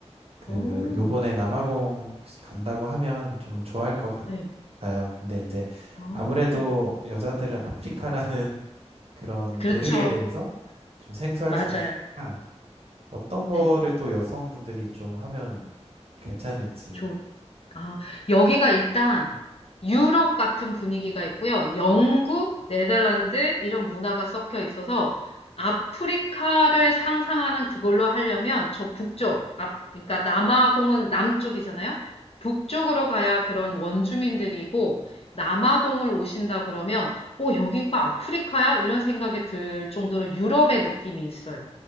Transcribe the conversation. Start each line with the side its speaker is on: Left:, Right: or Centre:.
Right: 그,
Left: 오
Right: 요번에 남아공 혹시 간다고 하면 좀 좋아할 것
Left: 네.
Right: 같아요. 근데 이제
Left: 아,
Right: 아무래도 여자들은 아프리카라는 <laughs> 그런
Left: 그렇죠.
Right: 대륙에 대해서 좀 생소할
Left: 맞아요.
Right: 수 있으니까, 어떤 거를
Left: 네.
Right: 또 여성분들이 좀 하면 괜찮을지.
Left: 좋 아, 여기가 일단 유럽 같은 분위기가 있고요. 영국, 네덜란드 이런 문화가 섞여 있어서 아프리카를 상상하는 그걸로 하려면 저 북쪽, 앞, 그러니까 남아공은 남쪽이잖아요. 북쪽으로 가야 그런 원주민들이고 남아공을 오신다 그러면 어, 여기가 아프리카야? 이런 생각이 들 정도로 유럽의 느낌이 있어요.